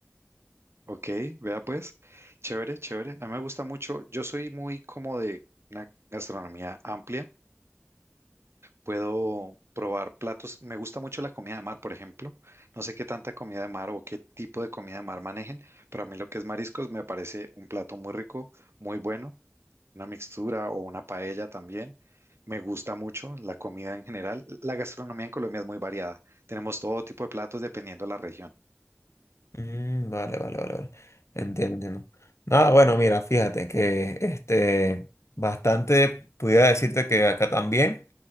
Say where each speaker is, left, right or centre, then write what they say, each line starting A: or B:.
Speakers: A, on the right; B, on the left.
A: Ok, vea pues, chévere, chévere. A mí me gusta mucho. Yo soy muy como de una gastronomía amplia. Puedo probar platos. Me gusta mucho la comida de mar, por ejemplo. No sé qué tanta comida de mar o qué tipo de comida de mar manejen, pero a mí lo que es mariscos me parece un plato muy rico, muy bueno. Una mixtura o una paella también. Me gusta mucho la comida en general. La gastronomía en Colombia es muy variada. Tenemos todo tipo de platos dependiendo de la región.
B: Mm, vale, vale, vale, vale. Entiendo, entiendo. Nada, bueno, mira, fíjate que este bastante pudiera decirte que acá también